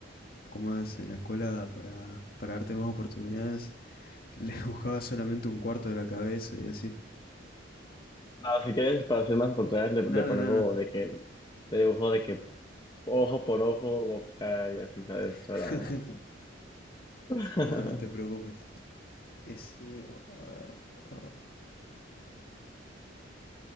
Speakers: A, on the left (about 55°); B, on the left (about 25°).
A: como es en la escuela, para, para darte más oportunidades, le <laughs> dibujaba solamente un cuarto de la cabeza y así.
B: No, si quieres, para ser más oportunidades, le,
A: No,
B: le
A: no,
B: pongo
A: no, no.
B: de que, le dibujo de que ojo por ojo, boca y así, ¿sabes?
A: <laughs>
B: Para... <laughs>
A: No, no te preocupes. Ese, a ver. ah,